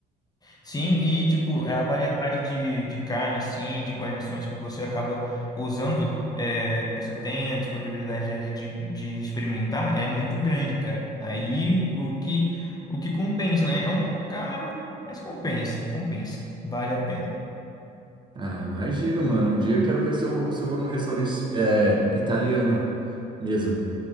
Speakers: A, on the left; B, on the right.
A: Sim, e tipo, é a variedade de, de carne, assim, de guarnições que você acaba usando, é, que você tem a disponibilidade ali de, de experimentar, é muito grande, cara. Aí o que, o que compensa, né? É um pouco caro, mas compensa, compensa, vale a pena.
B: Ah, imagino, mano. Um dia eu quero ver se eu, se eu vou num restaurante é, italiano mesmo,